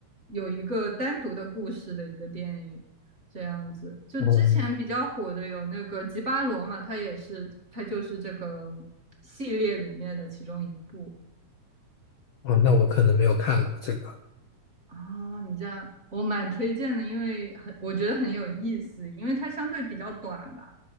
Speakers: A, on the right; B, on the left.
A: 有一个单独的故事的一个电影，这样子。就之前比较火的有那个《吉巴罗》嘛，
B: 哦
A: 它也是，它就是这个系列里面的其中一部。
B: 哦，那我可能没有看过这个，
A: 哦，你这样我蛮推荐的，因为很我觉得很有意思，因为它相对比较短吧，